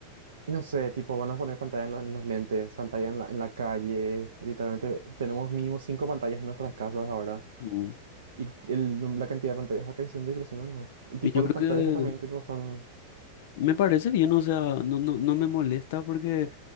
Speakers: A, on the right; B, on the left.
A: Y no sé, tipo, van a poner pantalla en, la- en los lentes, pantalla en la, en la calle. Literalmente tenemos mínimo cinco pantallas en nuestras casas ahora.
B: Mm.
A: Y el num- la cantidad de pantallas va creciendo y creciendo más. Y tipo,
B: Y yo
A: las
B: creo
A: pantallas que también, tipo, son...
B: Me parece bien, o sea, no, no, no me molesta porque